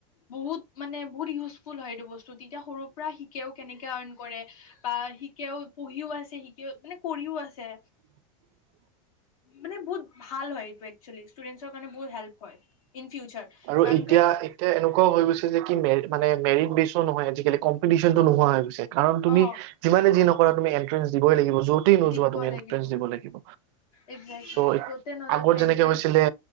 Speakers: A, on the left; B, on the right.
A: বহুত মানে বহুত ইউজফুল হয় এইটো বস্তু, তেতিয়া সৰুৰ পৰা শিকেও, কেনেকে আৰ্ণ কৰে। বা শিকেও, পঢ়িও আছে, শিকি মানে, কৰিও আছে।
B: উম' <inaudible>
A: মানে বহুত ভাল হয় এইটো একচুৱেলি, ষ্টুডেন্টছৰ কাৰণে বহুত হেল্প হয়, ইন ফিউচাৰ।
B: আৰু
A: কাৰণ
B: এতিয়া
A: কি
B: এতিয়া এনেকুৱা গৈছে যে কি, মে মানে মেৰিট বেচো নহয়, আজিকালি কম্পিটিচ্যনটো নোহোৱা হৈ গৈছে। কাৰণ তুমি
A: অ
B: যিমানে যি নকৰা তুমি এন্ট্ৰেন্ঞ্চ দিবই লাগিব, য'ত যতেই নোযোৱা
A: দিব
B: তুমি এনট্ৰেঞ্চ
A: লাগিব
B: দিব লাগিব।
A: একজেক্টলি
B: চ'
A: য'তে নাযাওক
B: আগত
A: কিয়
B: যেনেকে
A: এন্ট্ৰেন্স
B: হৈছিলে,